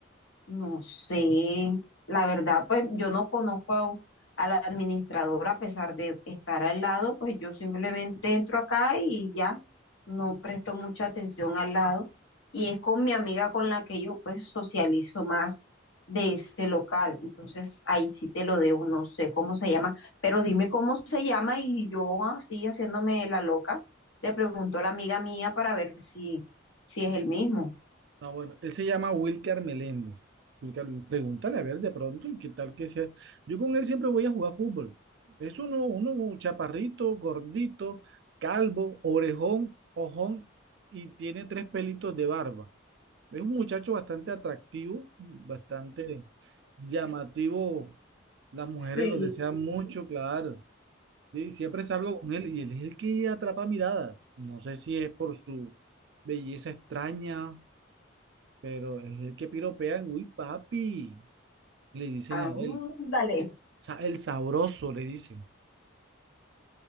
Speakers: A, on the left (about 70°); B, on the right (about 60°).
A: No sé, la verdad, pues yo no conozco a, a la administradora a pesar de estar al lado, pues yo simplemente entro acá y ya no presto mucha atención al lado. Y es con mi amiga con la que yo pues socializo más de ese local. Entonces ahí sí te lo debo, no sé cómo se llama, pero dime cómo se llama y yo así haciéndome la loca, le pregunto a la amiga mía para ver si, si es el mismo.
B: Ah, bueno, él se llama Wilcar Meléndez. Wilcar, pregúntale a ver de pronto y qué tal que sea. Yo con él siempre voy a jugar fútbol. Es uno, uno chaparrito, gordito, calvo, orejón, ojón y tiene tres pelitos de barba. Es un muchacho bastante atractivo, bastante llamativo. Las mujeres
A: Sí,
B: lo desean mucho, claro. Sí, siempre salgo con él y él es el que atrapa miradas. No sé si es por su belleza extraña pero es el que piropean, uy, papi, le dicen
A: Ándale,
B: a él. Sa- el sabroso, le dicen.